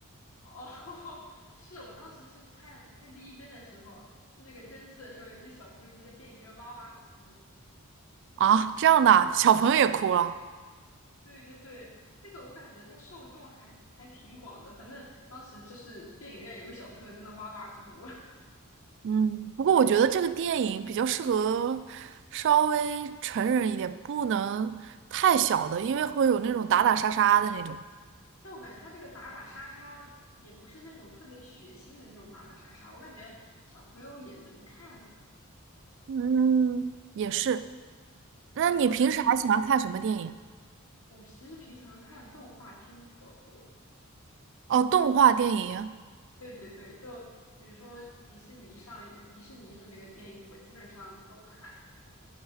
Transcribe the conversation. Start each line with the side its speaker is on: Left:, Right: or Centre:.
Left: 哦，<laughs> 是我当时是看看第一遍的时候，就那个针刺的时候，有那小朋友就在电影院哇哇哭。
Right: 啊，这样的啊小朋友也哭了。
Left: 对对对，那个我感觉它受众还还挺广的，反正当时就是电影院有个小朋友在那哇哇哭。<laughs>
Right: 嗯，不过我觉得这个电影比较适合稍微成人一点，不能太小的，因为会有那种打打杀杀的那种。
Left: 但我感觉他这个打打杀杀也不是那种特别血腥的那种打打杀杀，我感觉小朋友也能看。
Right: 嗯，也是。那你平时还喜欢看什么电影？
Left: 对，又感觉我其实平常看动画片比较多。
Right: 哦，动画电影。
Left: 对对对，就比如说迪士尼上迪士尼的那个电影，我基本上都看。